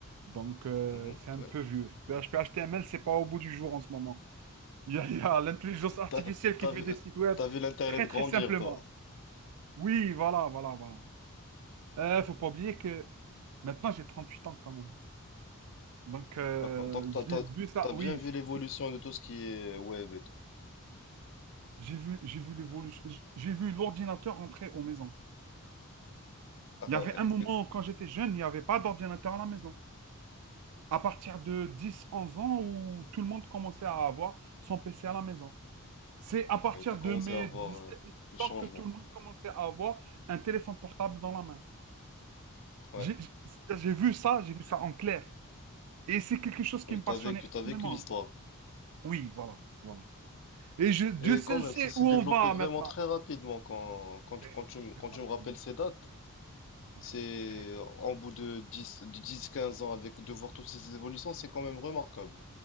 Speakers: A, on the right; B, on the left.
A: Donc, euh,
B: mhm,
A: c'est un
B: ouais.
A: peu vieux. PHP, HTML, c'est pas au bout du jour en ce moment. Il y a, il y a l'intelligence artificielle
B: T'as,
A: qui
B: t'as
A: fait
B: vu,
A: des
B: euh,
A: sites web
B: t'as vu l'Internet
A: très
B: grandir,
A: très simplement.
B: toi.
A: Oui, voilà, voilà, voilà. Euh, faut pas oublier que maintenant j'ai 38 ans quand même. Donc euh,
B: Ah, quand- donc t'as,
A: j'ai
B: t'as,
A: vu ça,
B: t'as bien
A: oui,
B: vu l'évolution
A: j'ai
B: de tout ce qui est web et tout.
A: j'ai vu, j'ai vu l'évolution, j'ai j'ai vu l'ordinateur entrer aux maisons.
B: Ah
A: Il y avait
B: ouais,
A: un moment où, quand j'étais jeune, il n'y avait pas d'ordinateur à la maison. À partir de dix onze ans où tout le monde commençait à avoir son PC à la maison. C'est à partir
B: Ouais, t'as commencé
A: de mes
B: à voir
A: 17
B: euh, le changement.
A: ans que tout le monde commençait à avoir un téléphone portable dans la main.
B: Ouais,
A: J'ai j'ai- vu ça, j'ai vu ça en clair. Et c'est quelque chose qui
B: oui,
A: me
B: t'as
A: passionnait
B: vécu, t'as vécu
A: énormément.
B: l'histoire.
A: Oui, voilà, voilà. Et je, Dieu
B: Et
A: seul
B: quand même,
A: sait
B: ça s'est
A: où
B: développé
A: on va
B: vraiment
A: maintenant.
B: très rapidement quand, quand,
A: Très,
B: tu- quand tu, me-
A: très
B: quand
A: rapidement.
B: tu me rappelles ces dates.
A: Ouais,
B: C'est
A: très,
B: euh, en bout de dix, 10 15 ans avec de voir toutes ces évolutions, c'est quand même remarquable.